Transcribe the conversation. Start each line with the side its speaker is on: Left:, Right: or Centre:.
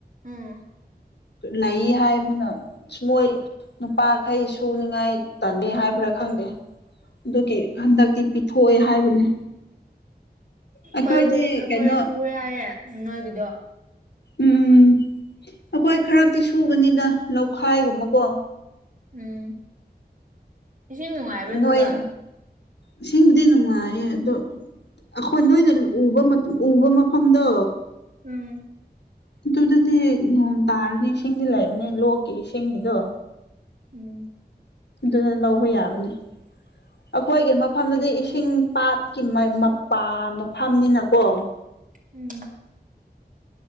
Right: ꯎꯝ
Left: ꯂꯩꯌꯦ ꯍꯥꯏꯕꯅ‌ꯣ ꯃꯣꯏ ꯅꯨꯄꯥꯈꯩ ꯁꯨꯅꯉꯥꯏ ꯇꯜꯂꯦ ꯍꯥꯏꯕ꯭ꯔꯥ ꯈꯪꯗꯦ ꯗꯨꯒꯤ ꯍꯟꯗꯛꯇꯤ ꯄꯤꯊꯣꯛꯑꯦ ꯍꯥꯏꯕꯅꯦ ꯑꯩꯈꯣꯏꯗꯤ
Right: ꯑꯩꯈꯣꯏ ꯎ ꯑꯩꯈꯣꯏ
Left: ꯀꯩꯅꯣ
Right: ꯁꯨꯌ‌ꯦ ꯌꯥꯏꯌꯦ ꯅꯣꯏꯒꯤꯗꯣ
Left: ꯎꯝ ꯑꯩꯈꯣꯏ ꯈꯔꯛꯇꯤ ꯁꯨꯕꯅꯤꯗ ꯂꯧꯈꯥꯏꯒꯨꯝꯕꯀꯣ
Right: ꯎꯝ ꯏꯁꯤꯡ ꯅꯨꯡꯉꯥꯏꯕ꯭ꯔꯥ ꯑꯗꯨꯗ
Left: ꯅꯣꯏ ꯏꯁꯤꯡꯕꯨꯗꯤ ꯅꯨꯡꯉꯥꯏꯌꯦ ꯑꯗꯣ ꯑꯈꯣꯏ ꯅꯣꯏꯅ ꯎꯕ ꯎꯕ ꯃꯐꯝꯗꯣ
Right: ꯎꯝ
Left: ꯑꯗꯨꯗꯗꯤ ꯅꯣꯡ ꯇꯥꯔꯗꯤ ꯏꯁꯤꯡꯗꯤ ꯂꯩꯥꯕꯅꯦ ꯂꯣꯛꯀꯤ ꯏꯁꯤꯡꯒꯤꯗꯣ
Right: ꯎꯝ
Left: ꯑꯗꯨꯗ ꯂꯧꯕ ꯌꯥꯕꯅꯦ ꯑꯩꯈꯣꯏꯒꯤ ꯃꯐꯝꯗꯨꯗꯤ ꯏꯁꯤꯡ ꯄꯥꯠꯀꯤ ꯃ ꯃꯄꯥ ꯃꯐꯝꯅꯤꯅꯀꯣ
Right: ꯎꯝ